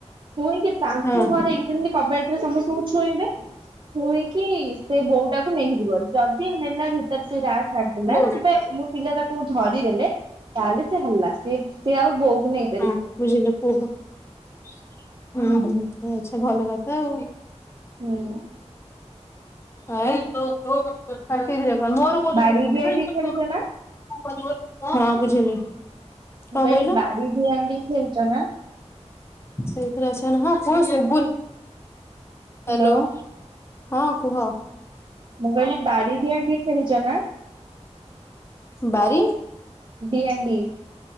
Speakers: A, on the right (about 45°); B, on the left (about 20°).
A: ପୁଣି କି ତାଙ୍କୁ
B: ହଁ
A: ମ ନାଇଁ ସେମିତି କବାଡ଼ିରେ ସମସ୍ତଙ୍କୁ ଛୁଏଁଇବେ। ଛୁଏଁଇକି ସେ ବୋଉଟାକୁ ନେଇକିଯିବ। ଯଦି ନେଲା ଭିତରେ ସେ ରା ଛାଡ଼ିଦେଲା
B: ହଁ
A: କିମ୍ବା ଏଇ ପିଲା ତାକୁ ଧରିଦେଲେ ତାହେଲେ ସେ ହେଲା ସେ ବି ସିଏ ଆଉ ବୋଉକୁ ନେଇ
B: ହଁ ବୁଝିଲି କୁହ। ହଁ ହଁ ଆଚ୍ଛା ଭଲ କଥା ଆଉ।
A: ହୁଁ।
B: ଆଇ ତୁ ତୋ <unintelligible> ମୋର କୋଉଥୀରେ
A: ବାଡି
B: କିଛି ହବନି
A: ଡିଆଁଡି ଖେଳିଛ ନା
B: <unintelligible> ହଁ ବୁଝିଲି।
A: ମୁଁ
B: କଣ
A: କହିଲି
B: କହିଲୁ?
A: ବାଡି ଡିଆଁଡି ଖେଳିଛ ନା?
B: ସେଇଥିରେ ଆସିବନି ହଁ କଣ ଶୁଭୁନି।
A: hello.
B: Hello ହଁ କୁହ।
A: ମୁଁ କହିଲି ବାଡ଼ି ଡିଆଁ ଡେଇଁ ଖେଳିଚ ନା?
B: ବାରି
A: ଡିଆଁ ଡେଇଁ।